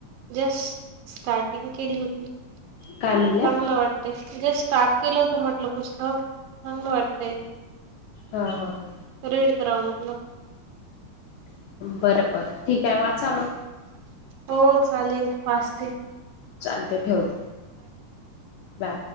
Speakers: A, on the right; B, on the left.
A: जस्ट स्टार्टिंग केली होती चांगलं
B: काय म्हणल्या?
A: वाट ते जे स्टार्ट केलं होत म्हटलं पुस्तक चांगलं वाटत
B: हा हा ह
A: रीड करावं म्हटलं
B: बरं बरं ठीक आहे वाचा मग.
A: हो चालेल वाजते
B: चालते ठेवते बा